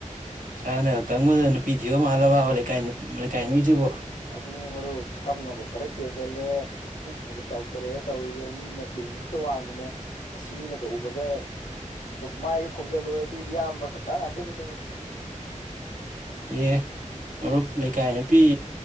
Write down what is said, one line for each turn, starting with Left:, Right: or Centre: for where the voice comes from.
Right: ꯍꯔꯅ ꯀꯪꯕꯗ ꯅꯨꯄꯤ ꯊꯤꯌꯣ ꯃꯥꯜꯂꯕꯕꯀꯥꯏ ꯂꯩꯀꯥꯏ ꯃꯤꯁꯤꯕꯨ
Left: ꯑꯗꯨꯅꯤ ꯃꯔꯨꯞ ꯁꯝꯅꯒ ꯈꯔ ꯀꯦꯟꯁꯤꯜꯂꯦ ꯄꯨꯛꯅꯒ ꯆꯥꯎꯊꯣꯔꯛꯑꯦ ꯇꯧꯔꯤꯁꯦ ꯃꯤꯅ ꯀꯤꯇ ꯋꯥꯡꯕꯨꯅꯦ ꯑꯁ ꯃꯤꯅꯒ ꯎꯕꯗ ꯃꯥꯥꯏꯒꯦ ꯈꯣꯡꯝ ꯆ ꯂ ꯌꯥꯝꯕ ꯀ ꯀꯇꯅꯤꯗ
Right: ꯑꯦ ꯃꯔꯨꯞ ꯂꯩꯀꯥꯏ ꯅꯨꯄꯤ